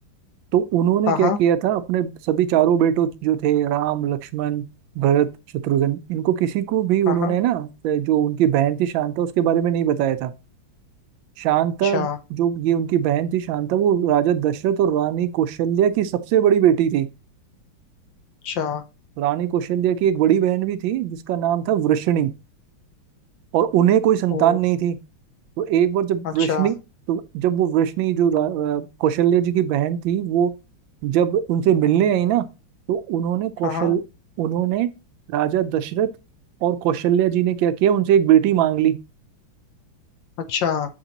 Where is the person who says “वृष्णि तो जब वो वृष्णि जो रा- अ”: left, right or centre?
Right